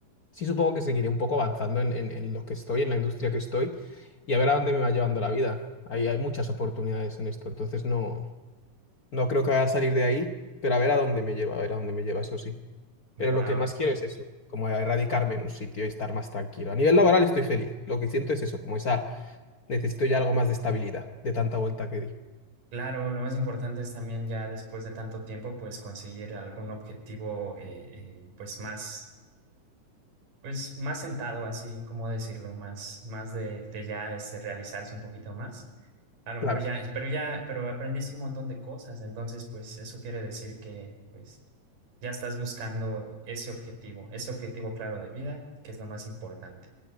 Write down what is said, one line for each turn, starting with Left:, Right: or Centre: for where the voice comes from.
Left: sí supongo que seguiré un poco avanzando en, en- en lo que estoy, en la industria que estoy, y a ver a dónde me va llevando la vida. Ahí hay muchas oportunidades en esto, entonces no, no creo que vaya a salir de ahí, pero a ver a dónde me lleva, a ver a dónde me lleva, eso sí.
Right: Wow.
Left: Pero lo que más quiero es eso, como erradicarme en un sitio y estar más tranquilo. A nivel laboral estoy feliz, lo que siento es eso, como esa, necesito ya algo más de estabilidad, de tanta vuelta que di.
Right: Claro, lo más importante es también ya después de tanto tiempo, pues conseguir algún objetivo, eh, eh, pues más, pues más sentado, así como decirlo, más, más de, de ya este, realizarse un poquito más. A lo
Left: Claro,
Right: mejor ya, pero ya, pero aprendiste un montón de cosas, entonces pues eso quiere decir que pues ya estás buscando ese objetivo, ese objetivo claro de vida, que es lo más importante.